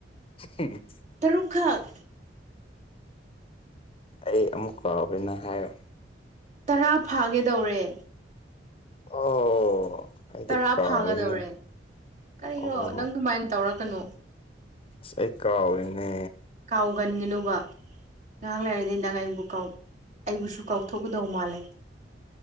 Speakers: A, on the left; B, on the right.
A: ꯎꯝ
B: ꯇꯔꯨꯛ ꯈꯛ
A: ꯑꯩ ꯑꯃꯨꯛ ꯀꯥꯎꯈꯦꯅ ꯍꯥꯏꯔꯣ
B: ꯇꯔꯥ ꯐꯥꯒꯦꯗꯧꯔꯦ꯫
A: ꯑꯣ ꯑꯩꯗꯤ
B: ꯇꯔꯥ
A: ꯀꯥꯎꯋꯦꯅꯦ
B: ꯐꯥꯒꯗꯧꯔꯦ ꯀꯔꯤꯔꯣ
A: ꯑꯣ
B: ꯅꯪ ꯑꯗꯨꯃꯥꯏꯅ ꯇꯧꯔꯛꯀꯅꯣ
A: ꯑꯁ ꯑꯩ ꯀꯥꯎꯔꯤꯅꯦ꯫
B: ꯀꯥꯎꯒꯟꯒꯅꯨꯕ ꯉꯥꯏꯍꯥꯛ ꯂꯩꯔꯗꯤ ꯅꯪ ꯑꯩꯕꯨ ꯀꯥꯎ ꯑꯩꯕꯨꯁꯨ ꯀꯥꯎꯊꯣꯛꯀꯗꯧ ꯃꯥꯜꯂꯦ꯫